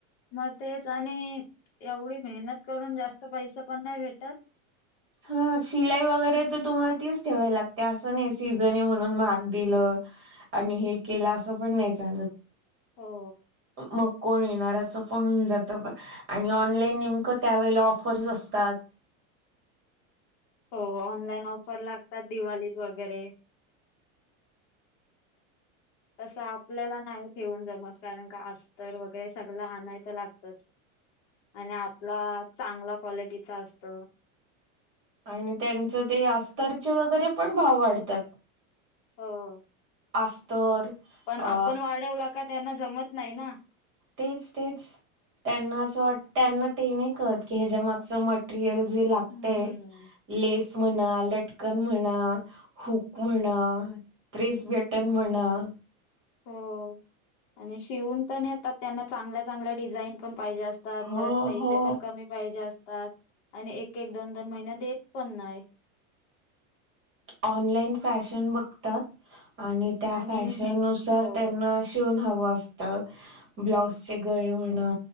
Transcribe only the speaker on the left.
मग तेच आणि एवढी मेहनत करून जास्त पैसा पण नाही भेटत
हो
हो ऑनलाईन ऑफर लागतात दिवाळीत वगैरे तसं आपल्याला नाही ठेवून जमत कारण का अस्तर वगैरे सगळ आणाय तर लागतच आणि आपला चांगला क्वालिटीचा असत
हो.
पण
आपण वाढवला का त्यांना जमत नाही ना.
हम्म
हो आणि शिवून पण येतात त्यांना चांगल्या चांगल्या डिझाईन पण पाहिजे असतात,
परत पैसे
पन कमी पाहिजे असतात. आणि एकेक दोन दोन महिन्यात देत पण नाही
आणि
हे
हो